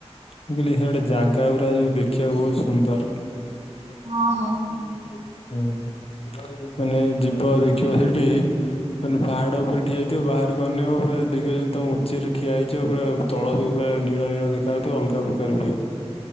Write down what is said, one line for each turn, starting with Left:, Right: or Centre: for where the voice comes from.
Left: ମୁଁ କହିଲି ସିଆଡେ ଜାଗା ଗୁରା ଯୋଉ ଦେଖିଆକୁ ବହୁତ ସୁନ୍ଦର। ହୁଁ
Right: ହଁ ହଉ। ହଁ
Left: ହୁଁ ମାନେ ଯିବ ଦେଖିବ ସେଇଠି ମାନେ ପାହାଡ଼ ଉପରେ ଠିଆ ହେଇଥିବ ବାହାରକୁ ଅନେଇବ ପୁରା ଦେଖିବ ଯେ ତମେ ଉଚ୍ଚରେ ଠିଆ ହେଇଚ ପୁରା ତଳ ବି ପୁରା ନୀଳ ନୀଳ ଦେଖା ଯାଉଥିବ ଅଲଗା ପ୍ରକାର ଭ୍ୟୁ।